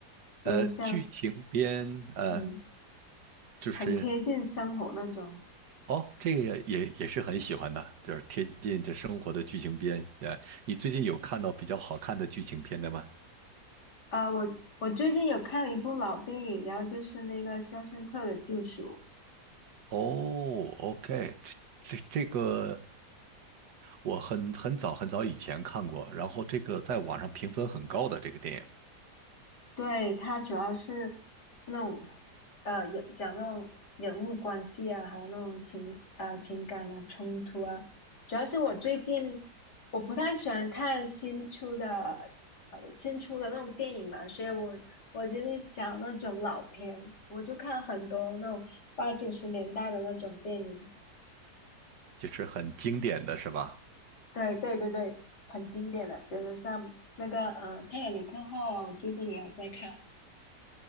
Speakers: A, on the left; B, on the right.
A: 比如像
B: 呃，剧情片，呃，
A: 嗯
B: 就是。
A: 很贴近生活那种。
B: 哦，这个也也也是很喜欢的，就是贴近这生活的剧情片。呃，你最近有看到比较好看的剧情片的吗？
A: 啊、我我最近有看了一部老电影，然后就是那个《肖申克的救赎》。
B: 哦，OK，这这这个我很很早很早以前看过，然后这个在网上评分很高的这个电影，
A: 对，它主要是那种呃，也讲那种人物关系啊，还有那种情呃情感啊冲突啊。主要是我最近我不太喜欢看新出的呃新出的那种电影嘛，所以我我就是讲那种老片，我就看很多那种八九十年代的那种电影。
B: 就是很经典的是吧？
A: 对对对对，很经典的，比如像那个嗯、呃《泰坦尼克号》啊，我最近也有在看。